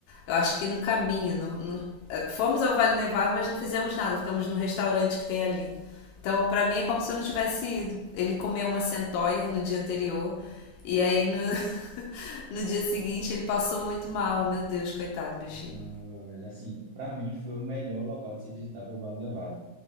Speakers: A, on the left; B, on the right.
A: eu acho que no caminho, no- no- eh, fomos ao Vale Nevado, mas não fizemos nada, ficamos no restaurante que tem ali. Então, pra mim é como se eu não tivesse ido. Ele comeu uma centoia no dia anterior e aí no, <laughs> no dia seguinte ele passou muito mal, meu Deus, coitado do bichinho.
B: Caramba, velho. Assim, para mim foi o melhor local de se visitar, foi o Vale Nevado.